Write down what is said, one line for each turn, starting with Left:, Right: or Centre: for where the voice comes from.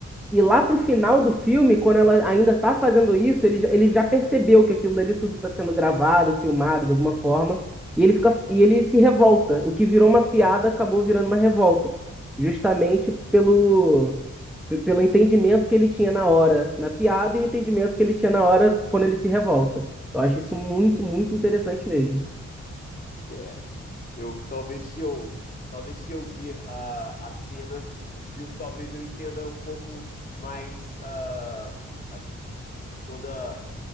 Centre: E lá pro final do filme, quando ela ainda tá fazendo isso, ele, já- ele já percebeu que aquilo dali tudo tá sendo gravado, filmado de alguma forma, e ele fica, e ele se revolta. O que virou uma piada acabou virando uma revolta, justamente pelo, pe- pelo entendimento que ele tinha na hora na piada e o entendimento que ele tinha na hora quando ele se revolta. Eu acho isso muito, muito interessante mesmo.
Left: É. Eu talvez se eu talvez se eu vir ah, a cena, o filme, talvez eu entenda um pouco mais ah, a- toda